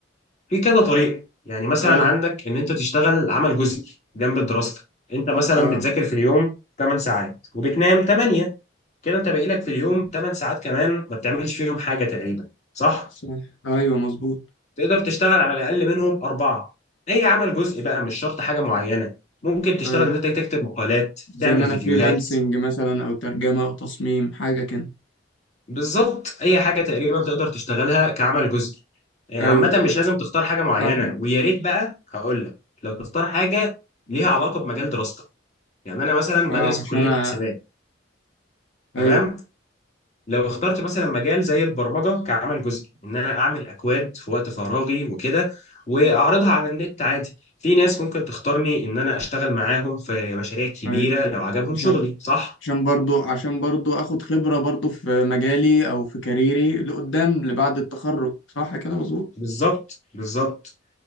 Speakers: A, on the left; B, on the left.
A: في كذا طريقه يعني مثلا
B: اه
A: عندك ان انت تشتغل عمل جزئي جنب دراستك انت مثلا
B: اه
A: بتذاكر في اليوم 8 ساعات وبتنام 8 كده انت باقي لك في اليوم 8 ساعات كمان ما بتعملش فيهم حاجه تقريبا صح
B: صح ايوه مظبوط
A: تقدر تشتغل على الاقل منهم اربعه اي عمل جزئي بقى مش شرط حاجه معينه ممكن تشتغل
B: ايوه
A: ان انت تكتب مقالات
B: زي
A: تعمل
B: ان انا
A: فيديوهات
B: فريلانسنج مثلا او ترجمة او تصميم حاجة كده
A: بالظبط اي حاجه تقريبا تقدر تشتغلها كعمل جزئي آه،
B: ايوه
A: عامه مش لازم تختار حاجه معينه
B: صح
A: ويا ريت بقى هقول لك لو تختار حاجه ليها علاقه بمجال دراستك يعني انا مثلا
B: اه
A: بدرس
B: عشان
A: في كليه
B: أ...
A: حسابات تمام
B: ايوه
A: لو اخترت مثلا مجال زي البرمجه كعمل جزئي ان انا اعمل اكواد في وقت فراغي وكده واعرضها على النت عادي في ناس ممكن تختارني ان انا اشتغل معاهم في مشاريع كبيره
B: ايوه
A: لو عجبهم
B: عشان
A: شغلي صح
B: عشان برضو عشان برضو اخد خبرة برضو في مجالي او في كاريري لقدام لبعد التخرج صح كده مظبوط
A: بالظبط بالظبط